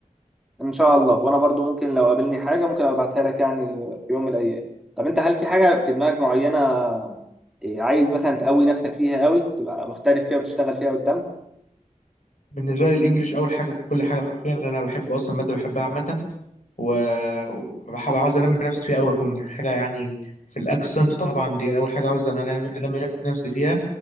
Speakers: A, in the centre; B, on the left.
A: ان شاء الله وانا برضو ممكن لو قابلني حاجه ممكن ابعتها لك يعني في يوم من الايام طب انت هل في حاجه في دماغك معينه إيه، عايز مثلا تقوي نفسك فيها قوي تبقى محترف فيها وتشتغل فيها قدام
B: بالنسبه لي الانجليش اول حاجه في كل حاجه حرفيا لأن انا بحب اصلا ماده بحبها عامه وبحب عاوز انمي نفسي فيها قوي اكون يعني حاجه يعني في الاكسنت طبعا دي اول حاجه عاوز ان انا انمي أنمي نفسي فيها